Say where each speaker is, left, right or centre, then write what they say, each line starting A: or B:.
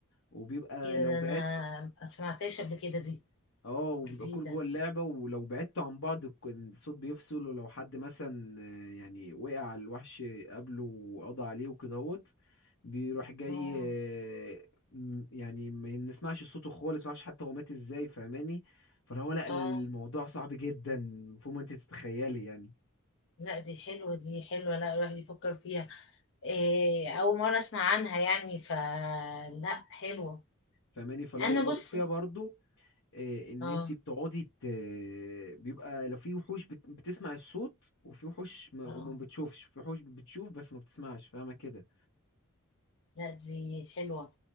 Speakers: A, on the left; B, on the left.
A: وبيبقى
B: ايه ده
A: لو
B: ده
A: بعدت
B: انا ما سمعتهاش قبل كده دي
A: اه وبيبقى
B: جديده
A: كل جوه اللعبة ولو بعدتوا عن بعض الك- الصوت بيفصل ولو حد مثلا آه، يعني وقع على الوحش قبله وقضى عليه وكدهوت بيروح جاي
B: اه
A: آه، م- يعني ما نسمعش صوته خالص ما نعرفش حتى هو مات ازاي فاهماني فلو هو لا الموضوع
B: اه
A: صعب جدا فوق ما انت تتخيلي يعني
B: لا دي حلوه دي حلوه لا الواحد يفكر فيها إيه اول مره اسمع عنها يعني فلا حلوه
A: فاهماني فلو
B: انا
A: وفيها
B: بص
A: برضو آه، ان
B: اه
A: انت بتقعدي ت... بيبقى لو في وحوش بت... بتسمع الصوت وفي وحوش ما...
B: اه
A: وما بتشوفش في وحوش بتشوف بس ما بتسمعش فاهمه كده
B: لا دي حلوة